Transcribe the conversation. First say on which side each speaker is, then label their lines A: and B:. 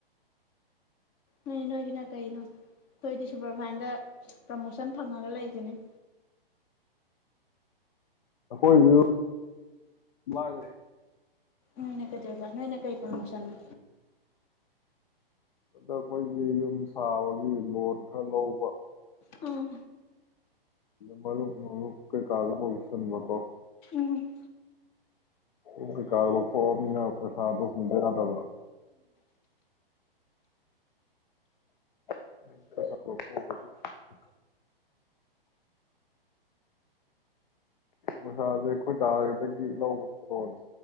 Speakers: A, on the left; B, on the left.
A: ꯅꯣꯏ ꯅꯣꯏꯒꯤꯅ ꯀꯩꯅꯣ ꯅꯣꯏꯗꯤ ꯁꯨꯄꯔꯚꯐꯥ꯭ꯏꯟꯗ ꯄ꯭ꯔꯃꯣꯁꯟ ꯐꯪꯉꯒ ꯂꯩꯖꯤꯅꯦ
B: ꯑꯩꯈꯣꯏꯁꯨ ꯂꯥꯏꯔꯦ
A: ꯅꯣꯏꯅ ꯀꯩꯗꯩꯕ ꯅꯣꯏꯅ ꯀꯩ ꯄ꯭ꯔꯃꯣꯁꯟꯅꯣ
B: ꯑꯗ ꯑꯩꯈꯣꯏꯒꯤ ꯌꯨꯝ ꯁꯥꯕꯒꯤ ꯂꯣꯟ ꯈꯔ ꯂꯧꯕ
A: ꯑꯥ
B: ꯃꯔꯨꯞ ꯅꯨꯡꯔꯨꯞ ꯀꯩꯀꯁꯨ ꯇꯧꯁꯟꯕꯀꯣ
A: ꯎꯝ
B: ꯑꯣ ꯀꯩꯀꯥ ꯂꯣꯊꯣꯛꯑꯝꯅꯤꯅ ꯄꯩꯁꯥꯗꯨꯨ ꯎꯗꯌꯥꯗꯕ <inaudible> ꯃꯁꯥꯥꯁꯦ ꯑꯩꯈꯣꯏꯗꯥꯗꯒꯤ ꯂꯧꯕ ꯈꯨꯂꯣ